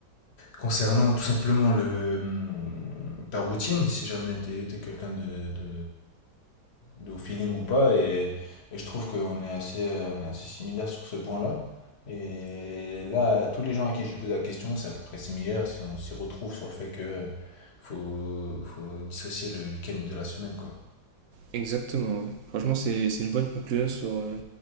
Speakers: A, on the left; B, on the right.
A: concernant tout simplement le, hum, ta routine, si jamais t'es, t'es quelqu'un de, de, de au feeling ou pas. Et, et je trouve qu'on est assez, euh, on est assez similaires sur ce point-là. Et là, tous les gens à qui j'ai posé la question, c'est à peu près similaire. Si on s'y retrouve sur le fait que faut, faut dissocier le week-end de la semaine, quoi.
B: Exactement. ouais. Franchement, c'est c'est une bonne conclusion sur, euh,